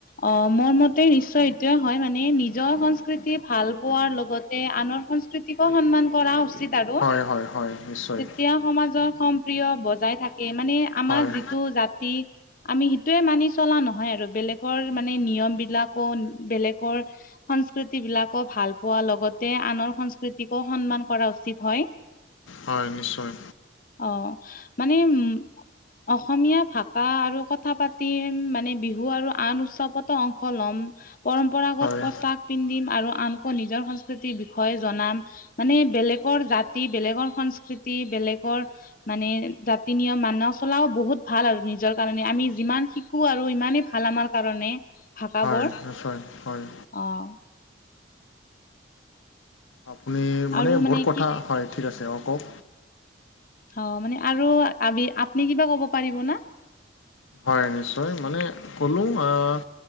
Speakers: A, on the left; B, on the left.
A: অঁ', মোৰ মতে নিশ্চয় এইটোয়ে হয় মানে নিজৰ সংস্কৃতি ভাল পোৱাৰ লগতে আনৰ সংস্কৃতি- কো সন্মান কৰা উচিত আৰু,
B: হয় হয় হয় নিশ্চয়
A: তেতিয়া সমাজৰ- প্ৰিয় বজাই থাকে, মানে আমাৰ
B: মানে
A: যিটো জাতি আমি সিটোয়ে মানি চলা - নহয় আৰু। বেলেগৰ মানে নিয়মবিলাক- বেলেগৰ সংস্কৃতি বিলাকো ভাল পোৱা লগত তে আনৰ সংস্কৃতিকো সন্মান কৰা উচিত হয়।
B: হয় নিশ্চয়
A: অ', মানে উ অসমীয়া ভাষা আৰু কথা পাতি মানে বিহু আৰু আন উৎসৱত' অংশ লম। পৰম্পৰাগত
B: হয়।
A: পছাক পিন্ধিম আৰু আনকো নিজৰ সংস্কৃতিৰ বিষয়ে জনাম। মানে, বেলেকৰ জাতি, বেলেকৰ সংস্কৃতি, বেলেকৰ মানে জাতি নিয়ম মানা চলাও বহুত ভাল আৰু নিজৰ কাৰণে, আমি যিমান শিকো আৰু ইমানেই ভাল আমাৰ কাৰণে, ভাষা
B: হয়
A: বৰ,
B: নিশ্চয় হয়
A: অ'।
B: আপুনি, মানে
A: আৰু
B: বহুত কথা
A: কি
B: হয় ঠিক আছে অ', কওঁক।
A: অ', মানে আৰু, আবি আপনি কিবা ক'ব পাৰিব না?
B: হয়, নিশ্চয় মানে ক'লো অ'